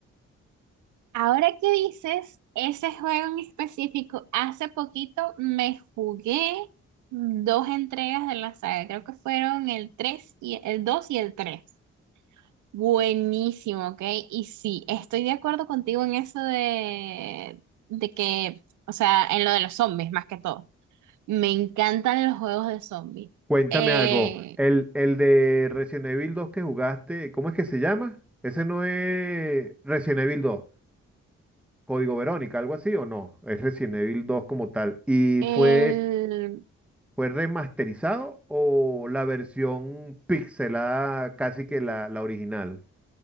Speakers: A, on the right; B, in the centre.
A: Ahora que dices, ese juego en específico, hace poquito me jugué dos entregas de la saga. Creo que fueron el 3 y el 2 y el 3. Buenísimo, ok. Y sí, estoy de acuerdo contigo en eso de, de que, o sea, en lo de los zombies más que todo. Me encantan los juegos de zombies.
B: Cuéntame
A: Eh,
B: algo. El, el de Resident Evil dos que jugaste, ¿cómo es que se llama? Ese no es Resident Evil dos. Código Verónica, algo así o no. Es Resident Evil dos como tal. ¿Y
A: el,
B: fue, fue remasterizado o la versión pixelada casi que la, la original?